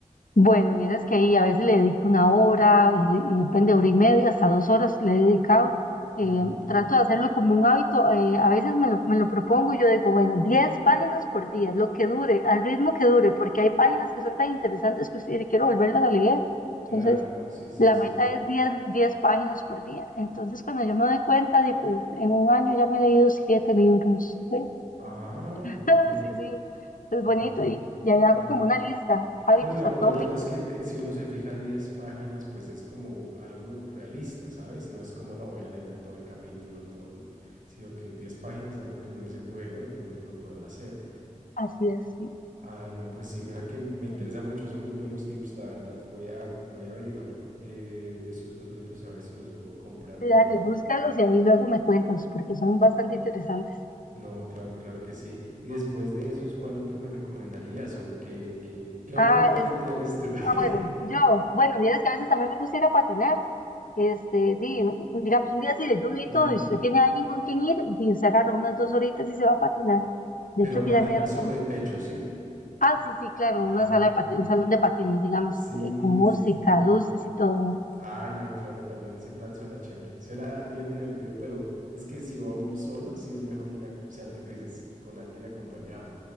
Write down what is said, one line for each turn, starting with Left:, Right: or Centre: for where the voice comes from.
Left: Bueno, vieras que ahí a veces le dedico una hora y, de- y depende, hora y media, hasta dos horas le he dedicado. Eh,
Right: Mm,
Left: trato de hacerlo como un hábito. eh, a veces me lo, me lo propongo y yo digo, bueno, 10 páginas por día, lo que dure, al ritmo que dure, porque hay páginas que son tan interesantes que usted dice, quiero volverlas a leer.
Right: claro,
Left: Entonces,
Right: sí, sí,
Left: la
Right: sí.
Left: meta es diez 10 páginas por día. Entonces, cuando yo me doy cuenta, de, pues en un año ya me he leído siete libros. ¿sí?
Right: Ah,
Left: <laughs>
Right: ok.
Left: Sí, sí, es
Right: No,
Left: bonito. Y, y ahí hago
Right: claro.
Left: como una lista, hábitos
Right: No, y lo,
Left: atómicos,
Right: lo bueno es que te- si uno se fija 10 páginas, pues es como algo realista, ¿sabes? No es como no voy a leerme todo el capítulo, todo, sino que 10 páginas es algo que uno dice, bueno, de pronto lo puedo hacer.
Left: Así es, sí.
Right: Ay, no, pues sí, mira que me interesa
Left: Bueno,
Right: mucho, son muy buenos tips, la verdad. Voy a, voy a averiguar eh, esos dos libros a ver si los puedo comprar
Left: sí,
Right: o
Left: dale,
Right: algo.
Left: búscalos y ahí luego me cuentas, porque son bastante interesantes.
Right: No, claro, claro que sí. Y después de esos, ¿cuál otro me recomendarías? ¿O qué, qué, qué otro
Left: Ah,
Right: hobby
Left: es,
Right: tienes tú? <laughs>
Left: ah, bueno, yo, bueno, mira, es que a veces también me gusta ir a patinar. Este, di, digamos, un día así de lluvia
Right: Ujú.
Left: y todo, y si usted tiene alguien con quien ir, y se agarra unas dos horitas y se va a patinar. De
Right: Pero
Left: hecho,
Right: a
Left: que
Right: patinar
Left: ya me dieron
Right: sobre
Left: ganas.
Right: techo, ¿sí?
Left: Ah, sí, sí, claro,
Right: Ah,
Left: una sala
Right: ok.
Left: de pati- un salón de patines, digamos,
Right: Sí,
Left: que- con música,
Right: sí, sí, sí.
Left: luces y todo,
Right: Ay, no, claro, también ese plan suena chévere. Suena bien divertido, pero es que si va uno solo, sí es mejor ir a, o sea, lo que tú dices, con alguien acompañado.